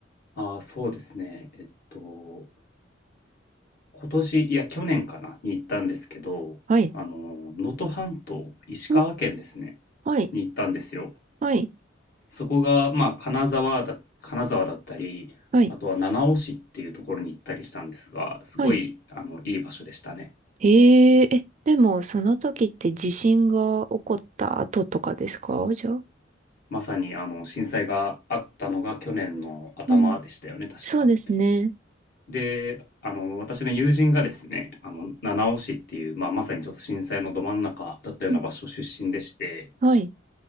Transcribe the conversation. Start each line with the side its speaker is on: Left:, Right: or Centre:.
Left: ああ、そうですね。えっと、今年、いや、去年かな、に行ったんですけど、
Right: はい。
Left: あの、能登半島、石川県ですね、
Right: おはい。
Left: に行ったんですよ。
Right: はい。
Left: そこが、まあ、金沢だ、金沢だったり、
Right: はい。
Left: あとは七尾市っていうところに行ったりしたんですが、すごい、
Right: はい。
Left: あの、いい場所でしたね。
Right: へえ、え、でも、その時って地震が起こった後とかですかじゃあ。
Left: まさに、あの、震災があったのが去年の頭でしたよね、
Right: うん。
Left: 確か。
Right: そうですね。
Left: で、あの、私の友人がですね、あの、七尾市っていう、まあ、まさにちょっと震災のど真ん中だったような場所出身でして、
Right: うん。はい。